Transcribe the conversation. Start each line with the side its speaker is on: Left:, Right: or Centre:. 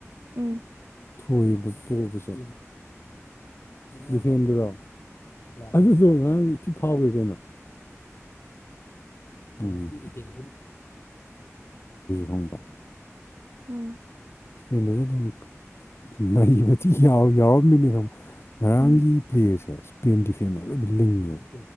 Right: ꯎꯝ
Left: ꯊꯣꯏꯕ ꯄꯣꯕꯁꯦ ꯗꯤꯐꯦꯟꯗꯨꯔꯣ ꯑꯗꯨꯁꯨ ꯉꯔꯥꯡ ꯊꯤ ꯐꯥꯎꯈ꯭ꯔꯦ ꯀꯩꯅꯣ ꯎꯝ ꯏꯁꯄꯦꯟꯗꯁꯨ ꯍꯣꯡꯕ꯭ꯔ
Right: ꯎꯝ
Left: ꯐꯦꯟꯗꯨꯁꯨ ꯑꯗꯨꯝ ꯅꯩꯕꯗꯤ ꯌꯥꯎꯔꯝꯃꯤꯅꯤ ꯉꯔꯥꯡꯒꯤ
Right: ꯎꯝ
Left: ꯄ꯭ꯂꯦꯌꯔꯁꯦ ꯁ꯭ꯄꯦꯟ ꯗꯤꯐꯦꯟꯗꯔ ꯂꯣꯏ ꯂꯤꯡꯉꯦꯕ